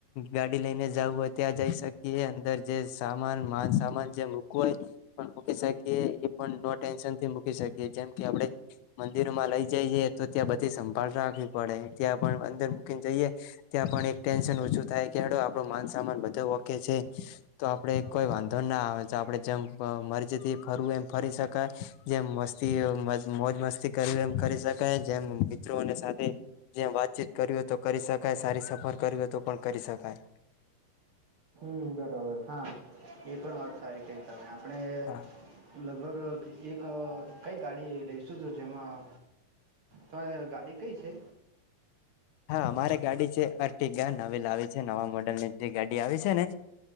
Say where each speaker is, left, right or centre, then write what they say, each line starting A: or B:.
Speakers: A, on the left; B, on the right.
A: ગાડી લઈને જવું હોય ત્યાં જઈ શકીએ અંદર જે સામાન. માન સામાન જે મક હોય મકી શકીએ એ પણ ટેન્શન થી મૂકી શકીએ જેમ કે આપણે. મંદિરોમાં લઈ જઈએે તો ત્યાં બધી સંભાળ રાખવી પડે ત્યાં પણ અંદર મૂકીને જઈએ. ત્યાં પણ એક ટેન્શન ઓછું થાય કે હડ આપડો માન સામાન બધો ઓકે છે, તો આપડે કોઈ વાત વાંધો ના આવે તો આપડે <unintelligible> મરજીથી ફરવુંય એમ ફરી શકાય જેમ મસ્તી. મોજ મસ્તી કર એમ કરી શકાય જેમ મિત્રોને સાથે જેમ વાતચીત કર્યું હો તો કરી શકાય. સારી સફર કરવી હો તો પણ કરી શકાય.
B: હ બરાબર હા એ પણ વાત સારી <unintelligible> આપણે
A: હા
B: લગભગ એક કઈ ગાડી. લઈ શું તો જેમાં તમારે ગાડી કઈ છે.
A: હા અમારે ગાડી છે, અર્ટગા નવી લાવી છે, નવા મોડેલ ની જે ગાડી આવી છે, ને.